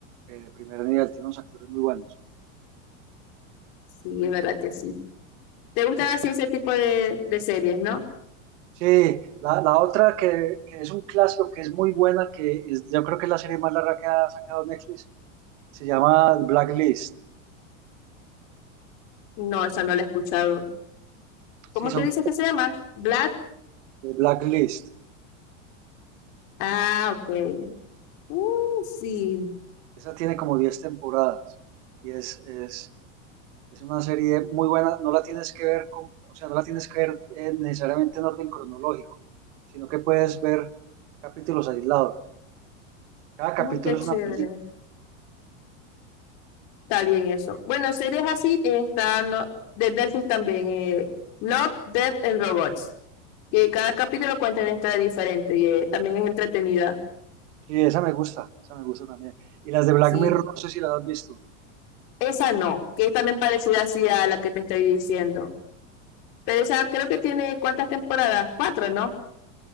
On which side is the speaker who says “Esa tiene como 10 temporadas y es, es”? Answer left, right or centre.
Right